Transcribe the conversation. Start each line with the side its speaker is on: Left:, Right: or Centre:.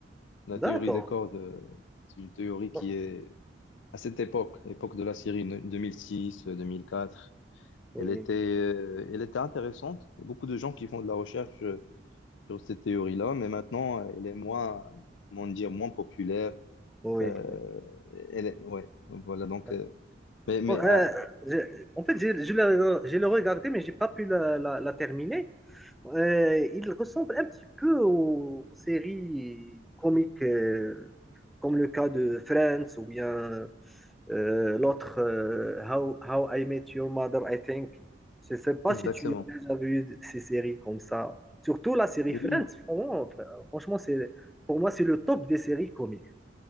Left: La théorie
Centre: d'accord,
Left: des cordes, euh, c'est une théorie qui
Centre: oui,
Left: est à cette époque, l'époque de la série 2006-2004.
Centre: oui,
Left: Elle était, euh, elle était intéressante. Il y a beaucoup de gens qui font de la recherche euh, sur cette théorie-là, mais maintenant, euh, elle est moins, comment dire, moins populaire.
Centre: oui,
Left: Euh, elle est- ouais, voilà, donc,
Centre: oui.
Left: euh, mais, mais
Centre: Bon, euh,
Left: ah,
Centre: je- en fait, je, je l'ai je l'ai regardé, mais j'ai pas pu la, la- la terminer. Euh, il ressemble un petit peu aux, aux séries comiques, euh, comme le cas de Friends ou bien euh, l'autre euh, How, How I Met Your Mother, I think. Je sais pas
Left: exactement.
Centre: si tu as déjà vu ces séries comme ça. Surtout la série
Left: Oui,
Centre: Friends, vraiment, fr- franchement, c'est, pour moi, c'est le top des séries comiques.